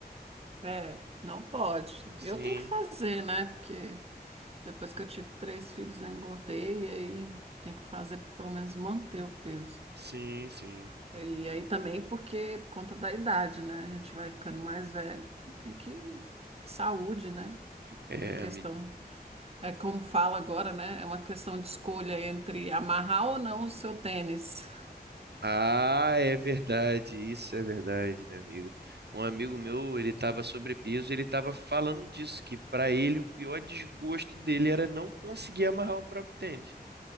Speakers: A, on the right; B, on the right.
A: É, não pode.
B: Sim,
A: Eu tenho que fazer, né? Porque depois que eu tive três filhos, eu engordei, e aí tem que fazer para pelo menos manter o peso.
B: sim, sim.
A: E aí também porque por conta da idade, né? A gente vai ficando mais velho, tem que. Saúde, né?
B: É,
A: A questão
B: me...
A: É como fala agora, né? É uma questão de escolha entre amarrar ou não o seu tênis.
B: Ah, é verdade, isso é verdade, minha amiga. Um amigo meu, ele estava sobrepeso, ele estava falando disso, que para ele o pior desgosto dele era não conseguir amarrar o próprio tênis.